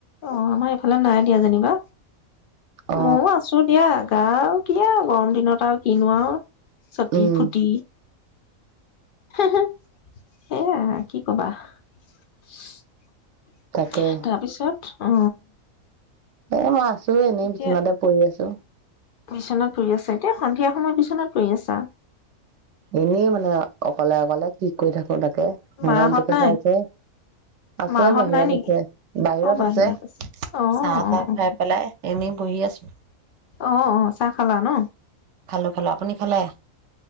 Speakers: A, on the left; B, on the right.
A: অ আমাৰ এইফালে নাই দিয়া যেনিবা।
B: অ'।
A: ময়ো আছো দিয়া। যা আৰু কি আৰু গৰম দিনত আৰু কিনো আৰু চতি
B: উম,
A: ফুটি সেয়া কি কবা <unintelligible>
B: তাকে
A: তাৰপিছত অ
B: এ মই আছো এনেই
A: এতিয়া
B: বিচনাতে পৰি আছো
A: বিচনাত পৰি আছে এতিয়া সন্ধিয়া সময়ত বিচনাত পৰি আছা?
B: এনেই মানে অকলে অকলে কি কৰি থাকো তাকে মোবাইলটোকে
A: মাহঁত নাই?
B: চাইছে আছে
A: মাহঁত
B: বাহিৰত
A: নাই নেকি?
B: আছে বাহিৰত
A: অ',
B: আছে
A: অ',
B: চাহ
A: অ',
B: তাহ
A: অ'।
B: খাই পেলাই এনে বহি আছো
A: অ অ চাহ খালা ন?
B: খালো আপুনি খালে